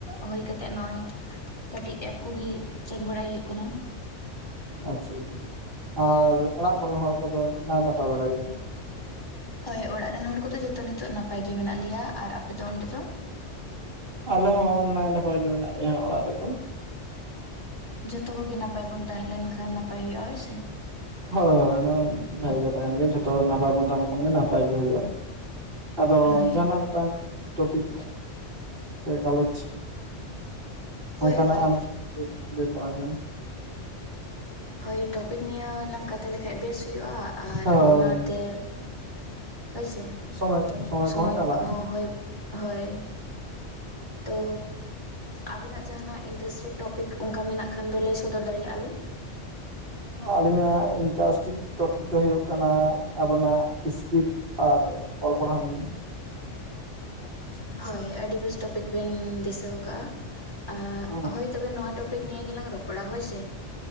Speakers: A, on the left; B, on the right.
A: ᱦᱩᱭ ᱠᱟᱛᱮᱫ ᱱᱚᱜᱼᱚᱭ ᱠᱟᱹᱴᱤᱡ ᱮᱯ ᱠᱚᱜᱮ ᱪᱮᱠ ᱵᱟᱲᱟᱭ ᱦᱩᱭᱩᱜ ᱠᱟᱱᱟ᱾
B: ᱟᱪᱪᱷᱟ ᱟᱨ ᱚᱲᱟᱜ ᱠᱚᱨᱮᱱ ᱦᱚᱲ ᱠᱚᱫᱚ ᱱᱟᱭ ᱱᱟᱯᱟᱭ ᱵᱟᱲᱟ ᱜᱮᱭᱟ ᱠᱚ?
A: ᱦᱳᱭ ᱚᱲᱟᱜ ᱨᱮᱱ ᱦᱚᱲ ᱠᱚ ᱫᱚ ᱡᱚᱛᱚ ᱱᱤᱛᱚᱜ ᱱᱟᱯᱟᱭ ᱜᱮ ᱢᱮᱱᱟᱜ ᱞᱮᱭᱟ ᱟᱨ ᱟᱯᱮ ᱫᱚ ᱚᱸᱰᱮ ᱫᱚᱼᱼ
B: ᱟᱞᱮ ᱦᱚᱸ ᱱᱟᱭ ᱱᱟᱯᱟᱭ ᱜᱮ ᱢᱮᱱᱟᱜ ᱞᱮᱭᱟ ᱚᱲᱟᱜ ᱨᱮ ᱫᱚᱼᱼ
A: ᱡᱚᱛᱚ ᱠᱚ ᱜᱮ ᱱᱟᱯᱟᱭ ᱵᱚᱱ ᱛᱟᱦᱮᱸ ᱞᱮᱱ ᱠᱷᱟᱱ ᱱᱟᱯᱟᱭ ᱦᱩᱭᱩᱜᱼᱟ ᱦᱳᱭ ᱥᱮᱼᱼ
B: ᱦᱳᱭ ᱦᱳᱭ ᱚᱱᱟ ᱵᱷᱟᱜᱤ ᱠᱟᱛᱷᱟ ᱠᱟᱱ ᱜᱮᱭᱟ ᱡᱷᱚᱛᱚ ᱵᱚ ᱱᱟᱯᱟᱭ ᱵᱚᱱ ᱛᱟᱦᱮᱸ ᱞᱮᱱ ᱠᱷᱟᱱ ᱜᱮ ᱱᱟᱯᱟᱭ ᱜᱮ ᱦᱩᱭᱩᱜᱼᱟ ᱟᱫᱚ
A: ᱦᱳᱭ᱾
B: ᱡᱟᱦᱟᱱᱟᱜ ᱢᱤᱫᱴᱟᱝ ᱴᱚᱯᱤᱠ ᱥᱮ ᱜᱟᱞᱚᱪᱼᱼ
A: ᱦᱳᱭ
B: ᱚᱱᱠᱟᱱᱟ
A: ᱦᱳᱭ
B: ᱟᱢ ᱞᱟᱹᱭ ᱛᱟᱞᱟᱝ ᱢᱮ
A: ᱦᱳᱭ ᱴᱚᱯᱤᱠ ᱱᱤᱭᱮ ᱞᱟᱝ ᱠᱟᱛᱷᱟ ᱞᱮᱠᱷᱟᱱ ᱵᱮᱥ ᱦᱩᱭᱩᱜᱼᱟ ᱟᱨ
B: ᱦᱳᱭ
A: ᱚᱱᱟ ᱛᱮᱼᱼ ᱦᱳᱭ ᱥᱮ
B: ᱥᱚᱢᱚᱭ ᱠᱚ ᱥᱚᱢᱚᱭ
A: ᱥᱩᱢᱚᱭ
B: ᱠᱚᱦᱚᱸ ᱪᱟᱞᱟᱜᱼᱟ
A: ᱠᱚ ᱦᱚᱸ ᱦᱳᱭ ᱦᱳᱭ ᱛᱚ ᱟᱵᱤᱱᱟᱜ ᱡᱟᱦᱱᱟᱜ ᱤᱱᱴᱟᱨᱮᱥᱴᱮᱰ ᱴᱚᱯᱤᱠ ᱚᱱᱠᱟ ᱢᱮᱱᱟᱜ ᱠᱷᱟᱱ ᱫᱚ ᱞᱟᱹᱭ ᱥᱚᱫᱚᱨ ᱫᱟᱲᱮᱭᱟᱜᱼᱟ ᱵᱤᱱ
B: ᱟᱹᱞᱤᱧᱟᱜ ᱤᱱᱴᱟᱨᱨᱮᱥᱴᱤᱠ ᱴᱚᱯᱤᱠ ᱫᱚ ᱦᱩᱭᱩᱜ ᱠᱟᱱᱟ ᱟᱵᱚᱱᱟᱜ ᱤᱥᱯᱤᱪ ᱟᱨ ᱚᱞ ᱯᱟᱲᱦᱟᱣ ᱱᱤᱭᱮᱼᱼ <inaudible>
A: ᱦᱳᱭ ᱟᱹᱰᱤ ᱵᱮᱥ ᱴᱚᱯᱤᱠ ᱵᱮᱱ ᱫᱤᱥᱟᱹ ᱟᱠᱟᱭᱟᱼᱟ ᱟᱸ
B: ᱦᱮᱸ
A: ᱦᱳᱭ ᱛᱚᱵᱮ ᱱᱚᱣᱟ ᱴᱚᱯᱤᱠ ᱱᱤᱭ ᱜᱮᱞᱟᱝ ᱨᱚᱯᱚᱲᱟ ᱦᱳᱭ ᱥᱮᱼᱼ